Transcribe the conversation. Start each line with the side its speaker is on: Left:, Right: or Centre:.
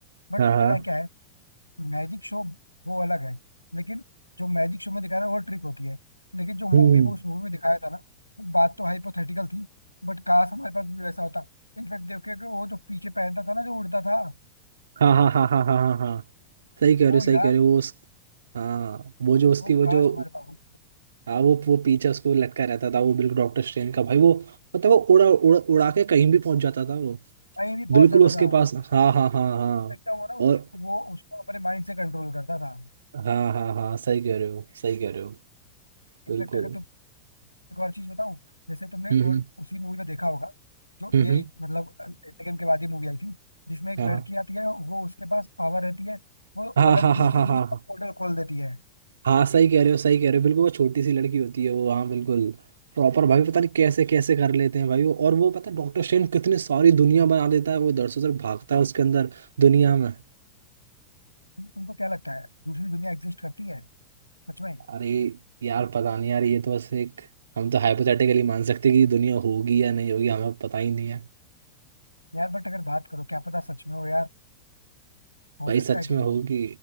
Left: बट
Right: हाँ हाँ
Left: पता है क्या है मैजिक शो वो अलग है लेकिन जो मैजिक शो में दिखाया था वो ट्रिक होती है लेकिन जो
Right: हम्म
Left: मूवी में उस मूवी में दिखाया था ना वो बात तो हाइपोथेटिकल थी बट काश हमारे पास भी वैसा होता इनफैक्ट देखो कि वो जो पीछे पहनता था ना जो उड़ता था
Right: हाँ हाँ हाँ हाँ हाँ हाँ हाँ सही कह
Left: वो
Right: रहे हो सही
Left: यार
Right: कह रहे हो वो उस हाँ वो जो उसकी
Left: वो
Right: वो
Left: काश
Right: जो
Left: हमारे पास होता
Right: हाँ वो वो पीछे उसको लटका रहता था वो बिल्कुल डॉक्टर स्ट्रेन का भाई वो मतलब वो उड़ा उड़ा उड़ा के कहीं भी पहुंच जाता था वो
Left: टाइम भी
Right: बिल्कुल
Left: बहुत ज्यादा
Right: उसके
Left: था
Right: पास हाँ हाँ हाँ हाँ
Left: आप एकदम वो ना
Right: और
Left: उसके वो उसको अपने माइंड से कंट्रोल करता था
Right: हाँ हाँ हाँ सही कह रहे हो सही कह रहे हो
Left: इनफेक्ट
Right: बिल्कुल
Left: अगर तुम एक और चीज बताऊं जैसे तुमने
Right: हम्म
Left: वो
Right: हम्म
Left: उसी मूवी में देखा होगा जो
Right: हम्म,
Left: ये
Right: हम्म।
Left: मतलब एंडगेम के बाद ही मूवी आई थी जिसमें एक
Right: हाँ
Left: लड़की आती है वो उसके पास पावर रहती है वो
Right: हाँ
Left: अलग
Right: हाँ
Left: दूसरी
Right: हाँ हाँ
Left: दुनिया
Right: हाँ हाँ
Left: का पोर्टल खोल देती है
Right: हाँ सही कह रहे हो सही कह रहे हो बिल्कुल वो छोटी सी लड़की होती है वो हाँ बिल्कुल प्रॉपर भाई पता नहीं कैसे कैसे कर लेते हैं भाई वो और वो पता डॉक्टर स्ट्रेंज कितनी सारी दुनिया बना देता है वो इधर से उधर भागता है उसके अंदर दुनिया में
Left: तो तुमको क्या लगता है दूसरी दुनिया एग्जिस्ट करती है सच में
Right: अरे यार पता नहीं यार ये तो बस एक हम तो हाइपोथेटिकली मान सकते हैं कि दुनिया होगी या नहीं होगी हमें पता ही नहीं है
Left: यार बट अगर बात करो क्या पता सच में हो यार हो
Right: भाई
Left: सकता
Right: सच
Left: है कि
Right: में
Left: नहीं
Right: होगी